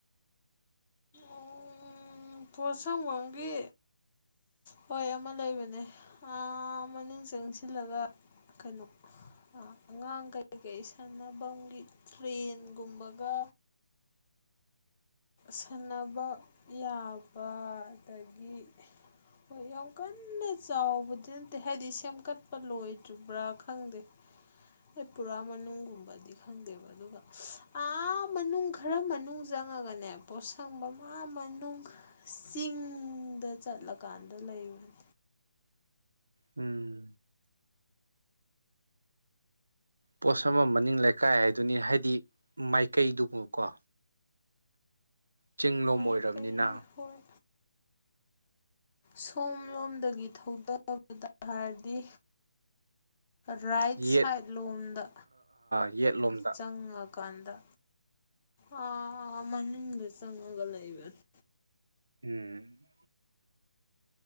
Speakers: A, on the left (about 35°); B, on the right (about 85°).
A: ꯎꯝ ꯄꯣꯠꯁꯪꯕꯝꯒꯤ ꯍꯣꯏ ꯑꯃ ꯂꯩꯕꯅꯦ ꯑ ꯃꯅꯨꯡ ꯆꯪꯁꯤꯜꯂꯒ ꯀꯩꯅꯣ ꯑꯉꯥꯡ ꯀꯩꯀꯩ ꯁꯥꯟꯅꯐꯝꯒꯤ ꯇ꯭ꯔꯦꯟꯒꯨꯝꯕꯒ ꯁꯥꯟꯅꯕ ꯌꯥꯕ ꯑꯗꯒꯤ ꯍꯣꯏ ꯌꯥꯝ ꯀꯟꯅ ꯆꯥꯎꯕꯗꯤ ꯅꯠꯇꯦ ꯍꯥꯏꯗꯤ ꯁꯦꯝꯀꯠꯄ ꯂꯣꯏꯗ꯭ꯔꯤꯕ꯭ꯔꯥ ꯈꯪꯗꯦ ꯇ꯭ꯔꯤꯄꯨꯔꯥ ꯃꯅꯨꯡꯒꯨꯝꯕꯗꯤ ꯈꯪꯗꯦꯕ ꯑꯗꯨꯒ ꯑꯥ ꯃꯅꯨꯡ ꯈꯔ ꯃꯅꯨꯡ ꯆꯪꯉꯒꯅꯦ ꯄꯣꯠꯁꯪꯕ ꯃꯥ ꯃꯅꯨꯡ ꯆꯤꯡꯗ ꯆꯠꯂꯀꯥꯟꯗ ꯂꯩꯕꯅꯤ
B: ꯎꯝ ꯄꯣꯠꯁꯪꯐꯝ ꯃꯅꯤꯡ ꯂꯩꯀꯥꯏ ꯍꯥꯏꯗꯨꯅꯤ ꯍꯥꯏꯗꯤ ꯃꯥꯏꯀꯩꯗꯨꯕꯨ ꯀꯣ ꯆꯤꯡꯂꯣꯝ
A: ꯃꯥꯏꯀꯩ
B: ꯑꯣꯏꯔꯝꯅꯤꯅ
A: ꯍꯣꯏ ꯁꯣꯝꯂꯣꯝꯗꯒꯤ ꯊꯧꯗꯕꯗ ꯍꯥꯏꯔꯗꯤ ꯔꯥꯏꯠ
B: ꯌꯦꯠ
A: ꯁꯥꯏꯠ ꯂꯣꯝꯗ
B: ꯌꯦꯠꯂꯣꯝꯗ
A: ꯆꯪꯉꯒ ꯗꯨꯀꯥꯟꯗ ꯑ ꯃꯅꯨꯡꯗ ꯆꯪꯉꯒ ꯂꯩꯕꯅꯤ
B: ꯎꯝ